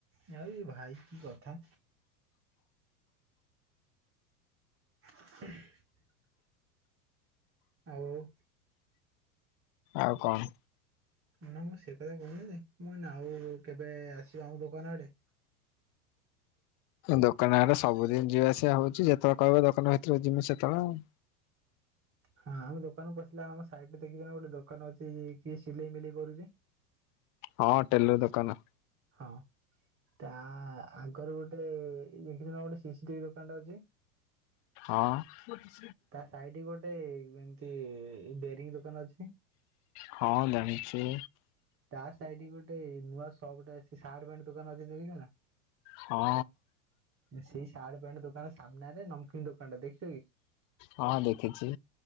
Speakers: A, on the right; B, on the left.
A: ଭାଇ ଭାଈ କି କଥା? <inaudible> ଆଉ ଉ
B: ଆଉ କଣ?
A: ନା ମୁଁ ସେ କଥା କହୁନି ଯେ ମୁଁ ନାଉ କେବେ ଆସିବ ଆମ ଦୋକାନ ଆଡେ
B: ଦୋକାନ ଆଡା ସବୁଦିନ ଯିବା ଆସିବା ହଉଛି ଯେତେବେଳେ କହିବ ଦୋକାନ ଭିତରେ ଯିଵୁ ସେତେବେଳେ ଆଉ
A: ହଁ ଆମେ ଦୋକାନ ପଶିଲା ଆମ ସାଇଟି ଦେଖିକିନା ଗୋଟେ ଦୋକାନ ଅଛି କି ସିଲେଇ ମିଲେଇ କରୁଛି।
B: ହଁ ଟେଲୁ ଦୋକାନ ଅ
A: ହଁ ତା ଆଗରୁ ଗୋ୍ ଲେ ଦେଖୁଛି ନା ଗୋଟେ ସିସିଟିଭି ଦୋକାନ ଟେ ଅଛି।
B: ହଁ
A: ତା ସାାଇଡ ଗୋଟେ ମ୍ ଏ ବେରୀଇଙ୍ଗୀ ଦୋକାନ ଅଛି।
B: ହଁ ଜାଣିଚି
A: ସାଇଟଟି କି ଗୋଟେ ନୂଆ ସପ୍ ଆସ୍ ସାର୍ଟ ପ୍ୟାଣ୍ଟ ଦୋକାନ ଅଛି ଦୁହି କେମିତି ଯାଣୀଲା
B: ହଁ
A: ସେଇ ସାର୍ଟ ପ୍ୟାଣ୍ଟ ଦୋକାନ ସାମ୍ନାରେ ନ୍ କିନ୍ତୁ କଣ୍ଡା ଦେଖ୍
B: ହଁ ଦେଖିଚି